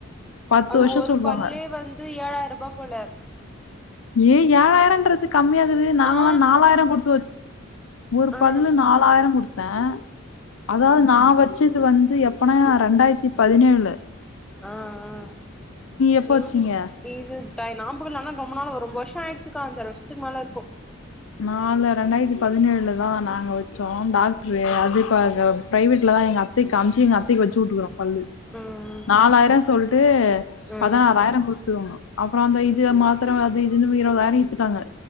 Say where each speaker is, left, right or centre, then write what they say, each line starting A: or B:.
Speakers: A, on the left (about 75°); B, in the centre.
A: பத்து
B: அது
A: வருஷோ
B: ஒரு
A: சொல்வாங்க
B: பல்லே வந்து ஏழாயிரூபா போல
A: ஏ ஏழாயிரம்ன்றது கம்மியா இர்குது நாங்கல்லா
B: ஆ
A: நாலாயிர குடுத்து வச் ஒரு
B: ஆ ஆ
A: பல்லு நாலாயிர குடுத்தே அதாவது நா வச்சு இது வந்து எப்பனாா ரெண்டாயிரத்தி பதினேழுல
B: ஆ ஆ
A: எப்ப
B: இவன்
A: வச்சீங்க
B: இது ட்டாய் நா <unintelligible> ரொம்ப நாளா ஒரு ரொம்ப வருஷ ஆயிருச்சுக்கா அஞ்சாரு வருஷத்துக்கு மேல இருக்கு
A: நாலு ரெண்டாயிரத்தி பதினேழுல தா நாங்க வச்சோ டாக்டரு அது இப்ப அ ப்ரைவேட்ல தா எங்க அப் கத்தை காமிச்சுங் எங்கத்தைக்கு வச்சு வுட்டுருக்குறோ பல்லு
B: ம்
A: நாலாயிர சொல்ட்டு
B: ம்
A: பதினாறாயிர குடுத்துர்னு அப்பற அந்த இது மாத்திர அது இதுன்னு இருபதாயிர இழுத்துட்டாங்க